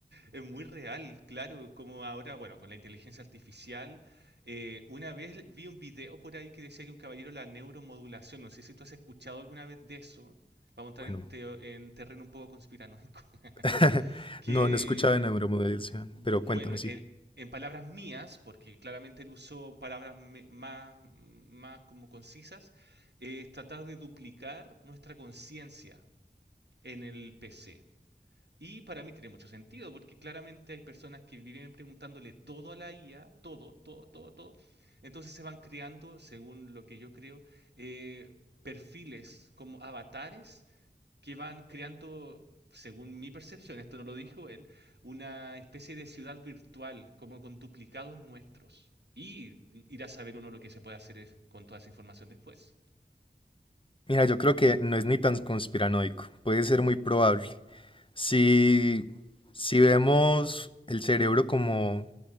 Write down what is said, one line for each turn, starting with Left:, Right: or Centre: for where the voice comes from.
Right: es muy real, claro, como ahora, bueno, con la inteligencia artificial. eh, una vez vi un video por ahí que decía que un caballero la neuromodulación, no sé si tú has escuchado alguna vez de eso, vamos a
Left: Bueno,
Right: entrar en, teo- en terreno un poco conspiranoico, <laughs>
Left: <laughs>
Right: que,
Left: no, no he escuchado de neuromodelación,
Right: eh, bueno,
Left: pero cuéntame, sí.
Right: eh, en palabras mías, porque claramente él usó palabras me- más, más como concisas, eh, es tratar de duplicar nuestra conciencia en el PC. Y para mí tiene mucho sentido, porque claramente hay personas que viven preguntándole todo a la IA, todo, todo, todo, todo. Entonces se van creando, según lo que yo creo, eh, perfiles como avatares que van creando, según mi percepción, esto no lo dijo él, una especie de ciudad virtual, como con duplicados nuestros. Y ir a saber uno lo que se puede hacer es- con toda esa información después.
Left: Mira, yo creo que no es ni tan conspiranoico, puede ser muy probable. Si, si vemos el cerebro como,